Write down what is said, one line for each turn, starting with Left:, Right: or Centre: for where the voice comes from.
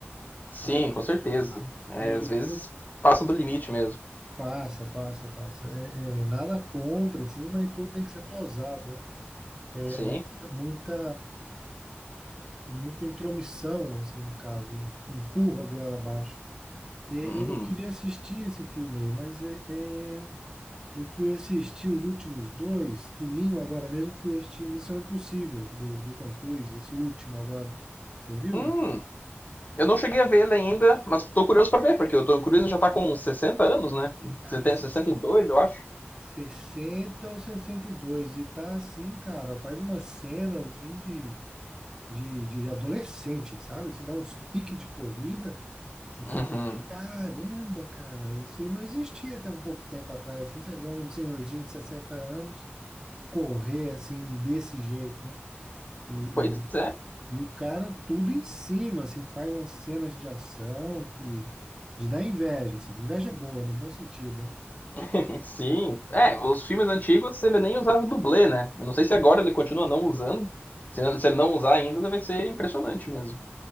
Left: sim,
Right: É,
Left: com certeza. É,
Right: é,
Left: às vezes passa do limite mesmo.
Right: passa, passa, passa. É, é, nada contra, assim, mas tudo tem que ser dosado, né? É
Left: Sim.
Right: é muita, muita muita intromissão, assim, no caso, que empurra a goela abaixo. É,
Left: Uhum.
Right: eu queria assistir esse filme, mas é, é, eu fui assistir os últimos dois, domingo agora mesmo, eu fui assistir Missão Impossível, do, do Tom Cruise, esse último agora. Você viu,
Left: Hum,
Right: não?
Left: eu não cheguei a ver ele ainda, mas tô curioso para ver, porque o Tom Cruise já tá com 60 anos, né?
Right: Cara,
Left: Você tem
Right: se-
Left: 62, eu acho.
Right: 60 ou sessenta e dois e tá assim, cara, faz umas cenas assim, de, de, de adolescente, sabe? Assim, dá uns piques de corrida, você
Left: Uhum.
Right: fala, caramba, cara, isso aí não existia até um pouco tempo atrás, assim, você vê um senhorzinho de 60 anos, correr assim desse jeito, né? E,
Left: Pois
Right: e,
Left: é.
Right: e o cara tudo em cima, assim, faz umas cenas de ação que de dar inveja, assim, inveja boa, no bom sentido, né?
Left: <laughs> Sim,
Right: Eu-
Left: é, os filmes antigos ele nem usava dublê, né? Eu não sei se agora ele continua não usando. Se ele se ele não usar ainda, vai ser impressionante mesmo.